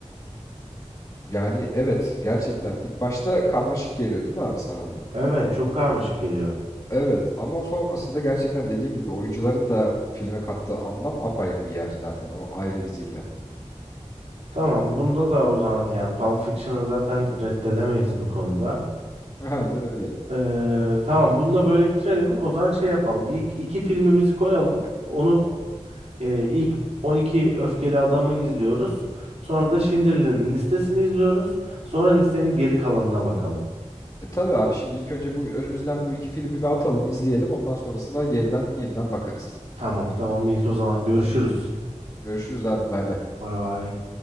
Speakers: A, on the left (about 30°); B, on the right (about 65°).
A: Yani evet gerçekten ilk başta karmaşık geliyor değil mi abi sana da?
B: Evet, çok karmaşık geliyor.
A: Evet ama sonrasında gerçekten dediğin gibi oyuncuların da filme kattığı anlam apayrı bir yer zaten. O ayrı bir zirve.
B: Tamam, bunda da o zaman yani Pulp Fiction'ı zaten reddedemeyiz bu konuda.
A: <laughs> Aynen öyle.
B: Ee, tamam, bunu da böyle bitirelim. O zaman şey yapalım. İlk iki filmimizi koyalım. Onu Ee, ilk 12 öfkeli adamı izliyoruz. Sonra da Schindler'in listesini izliyoruz. Sonra listenin geri kalanına bakalım.
A: E, tabii abi şimdi ilk önce bu önümüzden bu iki filmi bir atalım, izleyelim. Ondan sonrasında geriden yeniden bakarız.
B: Tamam tamam iyiyiz o zaman görüşürüz.
A: Görüşürüz abi bay bay.
B: Bay bay.